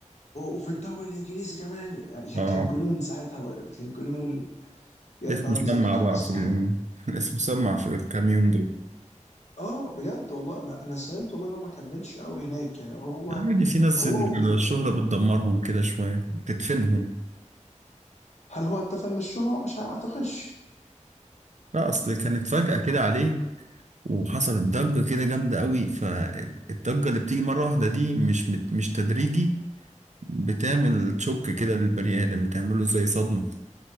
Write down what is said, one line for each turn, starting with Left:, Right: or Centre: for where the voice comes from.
Left: وفي الدوري الانجليزي كمان يعني كان
Right: اه
Left: كان جنون ساعتها بجد كان جنون بجد
Right: اسم
Left: عم
Right: مسمع
Left: زكي كانت
Right: بقى
Left: قصه
Right: في ال...
Left: حلوه
Right: <laughs> اسم مسمع في الكام يوم دول
Left: اه بجد والله ما انا سالت والله ان هو ما كملش قوي هناك يعني هو
Right: عادي في ناس
Left: هو ومي
Right: الشهرة بتدمرهم كده شوية بتدفنهم
Left: هل هو اتفق من الشهره مش عارف- ما اعتقدش
Right: لا أصل كانت فجأة كده عليه وحصلت ضجة كده جامدة قوي فالضجة اللي بتيجي مرة واحدة دي مش مت... مش تدريجي بتعمل شوك كده للبني آدم بتعمله زي صدمة